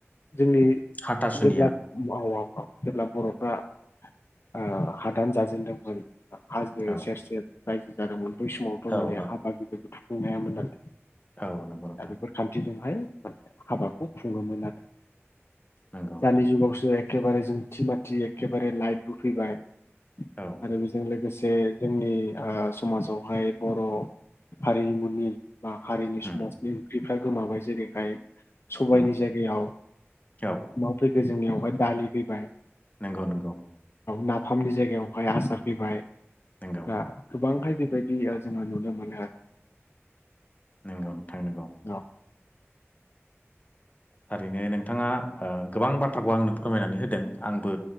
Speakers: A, on the left (about 60°); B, on the left (about 35°).
A: जोंनि
B: हाथासुनिया
A: जेब्ला माव औ-औ जेब्ला बर'फ्रा ओ हादान जाजेनदोंमोन हाजो
B: औ
A: सेर-सेर रायजो जादोंमोन बै समावथ'
B: औ
A: माने
B: औ
A: <unintelligible>
B: औ नंगौ नोंथां
A: दा बेफोर खान्थिजोंहाय हाबाखौ खुङोमोन आरो।
B: नंगौ नोंथां
A: दानि
B: नंगौ।
A: जुगावसो एखेबारे जोंथि माथि एखेबारे लाइट बो फैबाय
B: औ
A: आरो बेजों लोगोसे जोंनि ओ समाजावहाय बर' हारिमुनि बा हारिनि
B: उम
A: समाजनि ओंख्रिफ्रा गोमाबाय जेरैखाय सबायनि
B: उम
A: जायगायाव
B: औ
A: मा फैखो जोंनियावहाय दालि फैबाय
B: नंगौ नंगौ
A: नाफामनि जायगायावहाय असार फैबाय
B: नंगौ
A: दा गोबांहाय बेबायदि जियाव जोङो नुनो मोनो
B: नोंगौ नोथां नांगौ
A: औ
B: थारैनो नोंथाङा गोबां बाथ्राखौ आंनो फोरमायनानै होदों आंबो